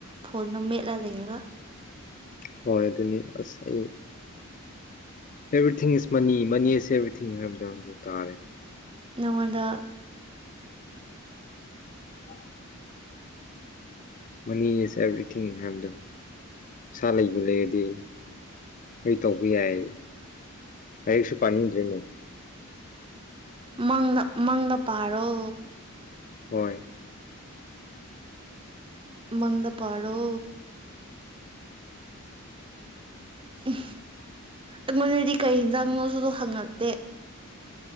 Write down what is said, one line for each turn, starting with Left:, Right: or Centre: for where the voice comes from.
Right: ꯐꯣꯜꯂꯤ ꯅ ꯃꯦꯂꯗꯦꯔꯒ
Left: ꯍꯣꯏ ꯑꯗꯨꯅꯤ ꯑꯁ ꯑꯩ ꯑꯦꯚ꯭ꯔꯤꯊꯤꯡ ꯏꯁ ꯃꯅꯤ ꯃꯅꯤꯁꯦ ꯑꯦꯕ꯭ꯔꯤꯊꯤꯡ ꯍꯥꯏꯕꯗ ꯇꯥꯔꯦ
Right: ꯅꯗ
Left: ꯍ ꯃꯅꯤ ꯏꯁ ꯑꯦꯕ꯭ꯔꯤꯊꯤꯡ ꯍꯥꯏꯕꯗꯣ ꯄꯩꯁꯥ ꯂꯩꯕꯨ ꯂꯩꯔꯗꯤ ꯑꯩ ꯇꯧꯕ ꯌꯥꯏ ꯑꯩꯁꯨ ꯄꯥꯅꯤꯡꯗ꯭ꯔꯤꯅꯦ
Right: ꯃꯪꯗ ꯃꯪꯗ ꯄꯥꯔꯣ
Left: ꯍꯣꯏ
Right: ꯃꯗ ꯄꯥꯔꯣ ꯎꯝ ꯑꯩꯉꯣꯟꯗꯗꯤ ꯀꯩ ꯍꯤꯟꯖꯥꯛꯣꯁꯨ ꯑꯗꯨ ꯍꯪꯉꯛꯇꯦ